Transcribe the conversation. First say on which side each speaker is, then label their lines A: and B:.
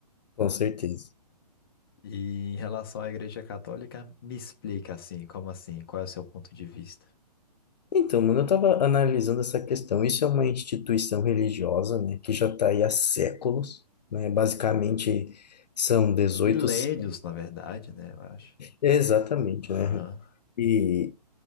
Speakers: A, on the left; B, on the left.
A: Com certeza.
B: E em relação à Igreja Católica, me explica assim, como assim? Qual é o seu ponto de vista?
A: Então, mano, eu estava analisando essa questão. Isso é uma instituição religiosa, né, que já está aí há séculos, né? Basicamente são 18
B: Milênios,
A: sé-
B: na verdade, né? Eu acho.
A: exatamente,
B: Ah,
A: né? E